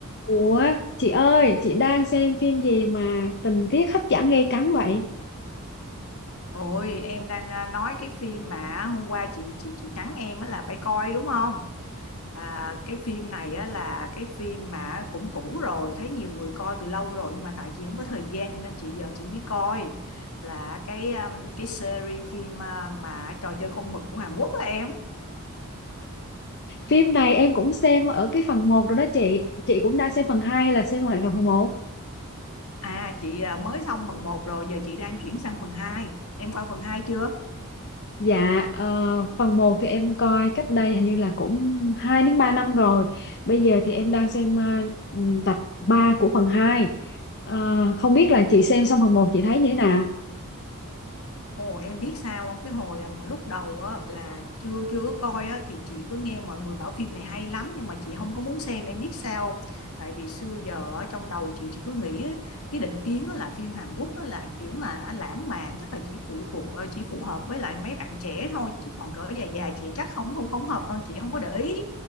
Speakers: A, on the left (about 50°); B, on the left (about 75°).
A: Ủa, chị ơi, chị đang xem phim gì mà tình tiết hấp dẫn gay cấn vậy?
B: Ôi em đang à, nói cái phim mà hôm qua chị chị chị nhắn em á là phải coi đúng không? À, cái phim này á là cái phim mà cũng cũ rồi, thấy nhiều người coi từ lâu rồi nhưng mà tại chị không có thời gian cho nên chị giờ chị mới coi là cái um, cái series phim à, mà trò chơi con mực của Hàn Quốc á em.
A: Phim này em cũng xem ở cái phần một rồi đó chị. Chị cũng đang xem phần 2 hay là xem lại phần một?
B: À chị à, mới xong phần một rồi giờ chị đang chuyển sang phần hai Em coi phần 2 chưa?
A: Dạ, ờ, phần một thì em coi cách đây hình như là cũng 2 đến 3 năm rồi. Bây giờ thì em đang xem ờ, ừm, tập 3 của phần 2. Ờ, không biết là chị xem xong phần một chị thấy như thế nào?
B: Ồ em biết sao không cái hồi à, mà lúc đầu á, là chưa chưa có coi á, thì chị cứ nghe mọi người bảo phim này hay lắm nhưng mà chị không có muốn xem em biết sao không? tại vì xưa giờ ở trong đầu chị chị cứ nghĩ á, cái định kiến á, là phim Hàn Quốc á, là kiểu mà lãng mạn chắc là chỉ phụ thuộc ờ, chỉ phù hợp với lại mấy bạn trẻ thôi chứ còn cỡ già già chị chắc không không không hợp đâu chị không có để ý